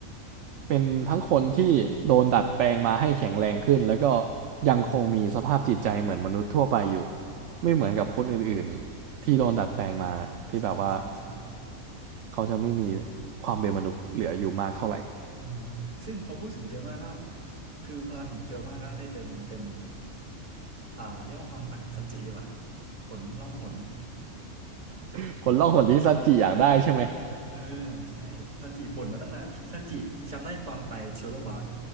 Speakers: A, on the right; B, on the right.
A: เป็นทั้งคนที่โดนดัดแปลงมาให้แข็งแรงขึ้นแล้วก็ยังคงมีสภาพจิตใจเหมือนมนุษย์ทั่วไปอยู่
B: อือฮึอ่
A: ไม่เหมือนกับคนอื่นๆที่โดนดัดแปลงมาที่แบบว่า
B: าใช่ใช่ใช่
A: เขาจะไม่มีความเป็นมนุษย์เหลืออยู่มากเท่าไหร่
B: อือฮึซึ่งพอพูดถึงเจลมาก็คือพลังของเจลมาก็ได้เต็มเต็มอ่าเรียกว่าความฝันของซันจิดีกว่าหนร้องหน
A: <laughs> ผลล่องหนที่ซันจิอยากได้ใช่ไหม
B: <laughs> เออใช่ซันจิบ่นมาตั้งนานซันจิจำได้ตอนไปชูเลอร์บาร์ก